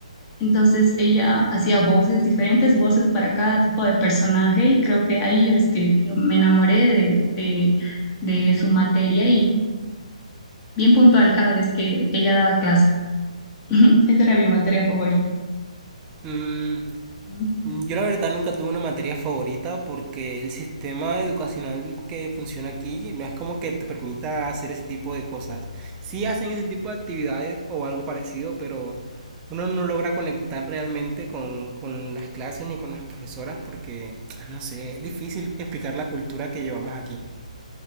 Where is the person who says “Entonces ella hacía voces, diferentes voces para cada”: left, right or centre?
Left